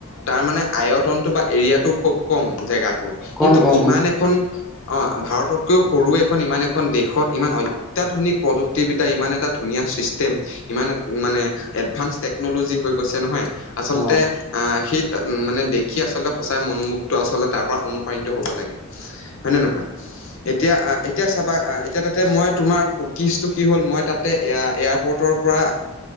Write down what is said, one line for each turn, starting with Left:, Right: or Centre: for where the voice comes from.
Left: তাৰ মানে আয়তনটো বা এৰিয়াটো খুব কম জেগাটোৰ।
Centre: কম
Left: কিন্তু
Centre: কম
Left: ইমান
Centre: অ
Left: এখন অ', ভাৰততকৈও সৰু এখন ইমান এখন দেশত ইমান অত্যাধুনিক প্ৰযুক্তিবিদ্যা ইমান এটা ধুনীয়া চিষ্টেম ইমান মানে এডভান্স টেকনলজি হৈ গৈছে নহয় আচলতে
Centre: অ
Left: আহ শীত ত উ মানে দেখি আচলতে সঁচাই মনোমোগ্ধটো আচলতে তাৰ পৰা অনুপ্ৰাণিত হ'ব লাগে। হয় নে নহয় এতিয়া এতিয়া চাবা এতিয়া তাতে মই তোমাৰ কিচটো কি হ'ল মই তাত এ এয়াৰপৰ্টৰ পৰা